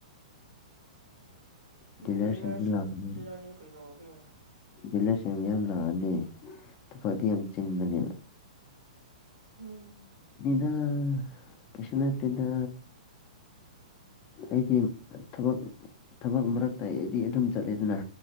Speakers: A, on the left (about 30°); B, on the right (about 90°).
A: ꯗꯤꯂꯔꯁꯤꯡꯁꯨ
B: ꯎꯝ ꯗꯤꯂꯔꯁꯤꯡ
A: ꯂꯥꯛꯀꯅꯤ
B: ꯗꯤꯂꯔꯅꯤ ꯀꯩꯗꯧꯔꯒꯦ
A: ꯗꯤꯂꯔꯁꯤꯡ ꯌꯥꯝ ꯂꯥꯛꯑꯗꯤ ꯊꯐꯗꯤ ꯌꯥꯝ ꯆꯤꯟꯕꯅꯦꯕ
B: ꯎꯝ
A: ꯑꯝ ꯀꯩꯁꯨ ꯅꯠꯇꯦꯗ ꯑꯩꯗꯤ ꯊꯕꯛ ꯊꯕꯛ ꯃꯔꯛꯇ ꯑꯩꯗꯤ ꯑꯗꯨꯝ ꯆꯠꯂꯤꯗꯅ